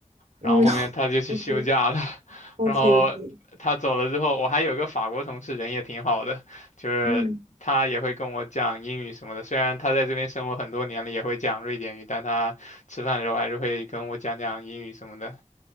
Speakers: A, on the right; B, on the left.
A: 嗯
B: 然后后面他就去休假了。
A: o k
B: <laughs>
A: o
B: 然后他走了之后，
A: k o k
B: 我还有一个法国同事，人也挺好的，就是他也会跟我讲英语什么的。
A: <laughs> 嗯，
B: 虽然他在这边生活很多年了，也会讲瑞典语，但他吃饭的时候还是会跟我讲讲英语什么的。